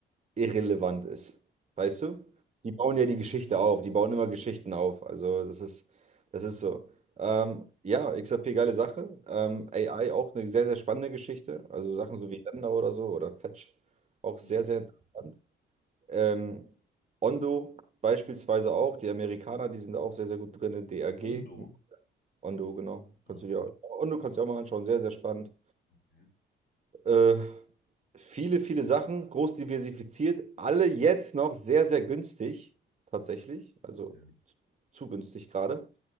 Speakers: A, on the right (about 35°); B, on the left (about 55°).
A: irrelevant ist. Weißt du? Die bauen ja die Geschichte auf, die bauen immer Geschichten auf. Also das ist, das ist so. Ähm, ja, XRP, geile Sache. Ähm, AI auch eine sehr, sehr spannende Geschichte. Also
B: Mhm.
A: Sachen so wie Lambda oder so oder Fetch, auch
B: Mhm.
A: sehr, sehr interessant. Ähm, Ondo beispielsweise auch, die Amerikaner, die sind da auch sehr, sehr gut drin. DAG,
B: Ondo.
A: Ondo, genau.
B: Ja.
A: Kannst du dir auch, Ondo kannst du dir auch mal anschauen, sehr, sehr spannend.
B: Okay.
A: Äh, viele, viele Sachen, groß diversifiziert, alle jetzt noch sehr, sehr günstig, tatsächlich. Also
B: Ja.
A: zu günstig gerade.